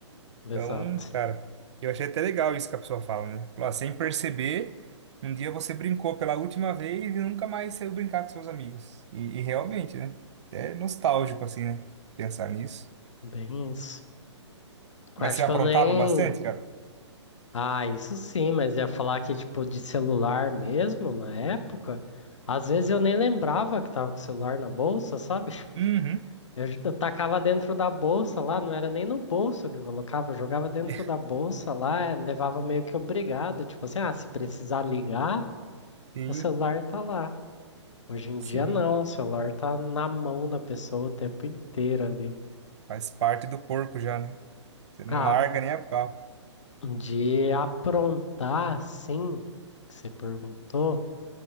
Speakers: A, on the left; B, on the right.
A: exato.
B: Então, cara, eu achei até legal isso que a pessoa fala, né? Falou, ah, sem perceber, um dia você brincou pela última vez e nunca mais saiu brincar com seus amigos. E, e realmente, né? Até nostálgico, assim, né? Pensar nisso.
A: Bem isso. Acho
B: Mas você aprontava
A: que eu nem
B: bastante, cara?
A: Ah, isso sim, mas ia falar que, tipo, de celular mesmo, na época, às vezes eu nem lembrava que tava com o celular na bolsa, sabe? <laughs>
B: Uhum.
A: Eu, j- eu tacava dentro da bolsa lá, não era nem no bolso que eu colocava, eu jogava dentro
B: <laughs>
A: da bolsa lá, eh, levava meio que obrigado, tipo assim, ah, se precisar ligar,
B: Sim,
A: o celular tá lá. Hoje em
B: sim.
A: dia não, o celular tá na mão da pessoa o tempo inteiro ali.
B: Faz parte do corpo já, né? Você não
A: Ah,
B: larga nem a pau.
A: de aprontar, sim, que você perguntou.